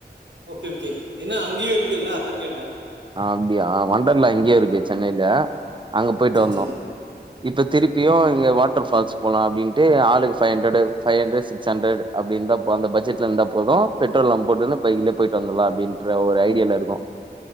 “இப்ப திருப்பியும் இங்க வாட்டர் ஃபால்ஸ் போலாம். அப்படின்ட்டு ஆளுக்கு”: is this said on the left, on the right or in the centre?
Right